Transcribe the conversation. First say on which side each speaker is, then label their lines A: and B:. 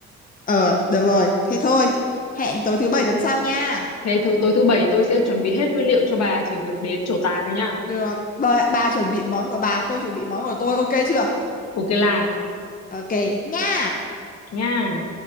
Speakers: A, on the left (about 30°); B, on the left (about 60°).
A: ờ được rồi thế thôi hẹn tối thứ bảy tuần sau nha
B: thế thứ tối thứ bảy tôi sẽ chuẩn bị hết nguyên liệu cho bà chỉ việc đến trổ tài thôi nhá.
A: được bà, bà chuẩn bị món của bà tôi chuẩn bị món của tôi ok chưa
B: Ok là
A: Ok nha.
B: nha.